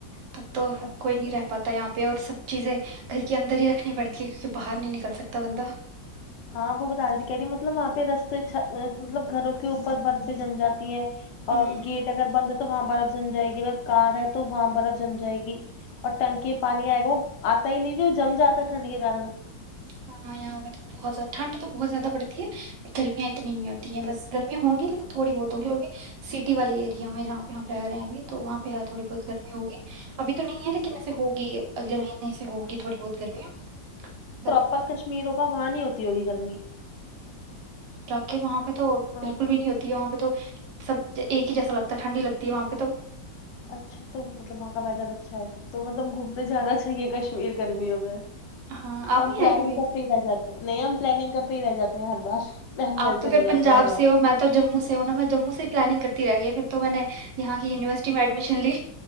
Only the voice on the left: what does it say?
اچھا
ہاں وہ بتا رہی تھی کہی مطلب وہاں پہ رستے مطلب گھروں کے اوپر برفے جم جاتے ہے
اور گیٹ اگر بند ہے تو وہاں جائے گی اگر کار ہے تو وہاں پر اب سم جائے گی اور ٹنکی پانی ہے گ وہ آتا ہی نہیں کہ وہ جم جاتا ہے ٹھنڈ کے کارن
اپر کشمیر ہوگا وہاں نہیں ہوتی ہوگی گرمی
ہاں
اچھا تو مطلب وہاں کا پیدا اچھا ہے پھر تو مطلب گھومنے جانا اے کشمیر کررمی ہووں میں
ہم
پلاننگ
کرتے ہی رہ جاتے ہیں نہیں ہم پلاننگ کرتے ہی رہ جاتے ہیں ہر بار پللسل
ہو
جاتا ہے ہمارا